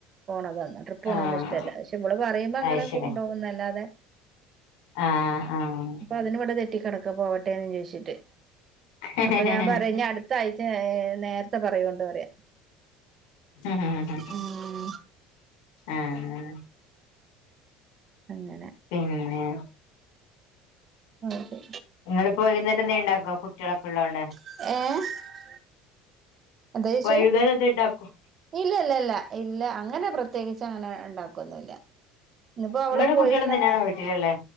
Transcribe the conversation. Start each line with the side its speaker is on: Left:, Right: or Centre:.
Right: പോണത് ട്രിപ്പ് പോണതൊന്നും
Left: ആഹ്
Right: ഇഷ്ടമില്ല പക്ഷെ ഇവള് പറയുമ്പോ അങ്ങനെ
Left: അയ്ശരി
Right: കൊണ്ടോകുന്നല്ലാതെ
Left: ആഹ് ആഹ്
Right: അപ്പ അതിന്‌വടെ തെറ്റിക്കടക്കാ പോവട്ടേന്നും ചോയിച്ചിട്ട്
Left: ആഹ്
Right: അപ്പ ഞാൻ പറയ ഇനിയ ട്ത ത്താഴ്ച്ച ഏഹ് നേരത്തെ പറയോണ്ടു പറയാ
Left: അഹാഹാഹാഹാ
Right: ഉം
Left: ആഹാ
Right: അങ്ങനെ
Left: പിന്നെ
Right: അതെ
Left: ഇങ്ങളിപ്പോ വൈകുന്നേരെന്തേ ഇണ്ടാക്കോ കുട്ടികളൊക്കെ ഉള്ളത് കൊണ്ട്
Right: ഏങേ എന്താ ചോയ്ച്ച്ഇല്ലല്ല
Left: വൈകുന്നേരം എന്തേ ഉണ്ടാക്കോ
Right: ഇല്ല അങ്ങനെ പ്രത്യേകിച്ച്ങ്ങനെ ഇല്ല ണ്ടാക്കൊന്നുല്ല ഇന്നിപ്പോ അവള്
Left: നിങ്ങള്
Right: പോയി
Left: കുട്ടികളും
Right: വന്നപ്പ
Left: തന്നെയാണോ വീട്ടിലുള്ളേ